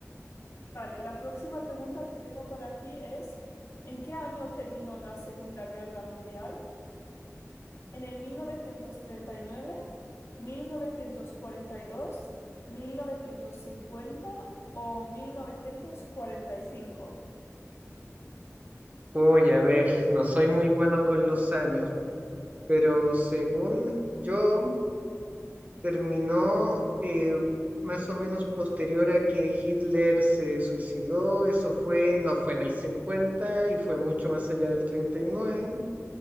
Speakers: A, on the left; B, on the right.
A: Vale, la próxima pregunta que tengo para ti es, ¿en qué año terminó la Segunda Guerra Mundial? ¿En el 1939, 1942, 1950 o 1945?
B: Oye, a ver, no soy muy bueno con los años, pero según yo, terminó eh, más o menos posterior a que Hitler se suicidó. Eso fue, no fue en el 50 y fue mucho más allá del 39.